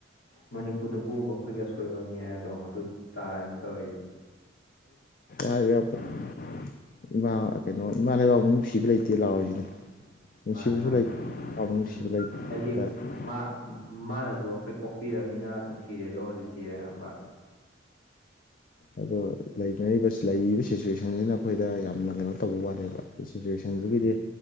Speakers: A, on the left; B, on the left.
A: ꯃꯅꯤꯄꯨꯔꯗ ꯄꯣꯛꯕ ꯑꯩꯈꯣꯏꯒꯤ ꯑꯁꯣꯏꯕꯅꯤ ꯍꯥꯏꯕꯗꯣ ꯑꯗꯨ ꯇꯥꯏꯅ ꯇꯧꯋ
B: ꯑꯗꯨ <unintelligible> ꯏꯃꯥ ꯀꯩꯅꯣ ꯏꯃꯥ ꯂꯩꯕꯥꯛꯃꯨꯛ ꯅꯨꯡꯁꯤꯕ ꯂꯩꯇꯦ ꯂꯥꯎꯑꯣꯔꯤꯁꯤꯅꯦ ꯅꯨꯡꯁꯤꯕꯨꯖꯂꯥꯏ
A: ꯃꯥꯅꯤ ꯃꯥꯅꯤ
B: <unintelligible>
A: ꯎꯝ ꯍꯥꯏꯗꯤ ꯃꯥ ꯃꯥꯅꯁꯨ ꯑꯩꯈꯣꯏ ꯄꯣꯛꯄꯤꯔꯅꯤꯅ ꯅꯨꯡꯁꯤꯔꯦ ꯑꯗꯣ ꯍꯧꯖꯤꯛꯇꯤ ꯑꯃ
B: ꯑꯗꯣꯔꯤꯕ ꯂꯩꯔꯤꯕ ꯁꯤꯆꯨꯋꯦꯁꯟꯁꯤꯅ ꯑꯩꯈꯣꯏꯗ ꯌꯥꯝꯅ ꯀꯩꯅꯣ ꯇꯧꯕ ꯋꯥꯅꯦꯕ ꯁꯤꯆꯨꯋꯦꯁꯟꯁꯤꯒꯤꯗꯤ
A: ꯎꯝ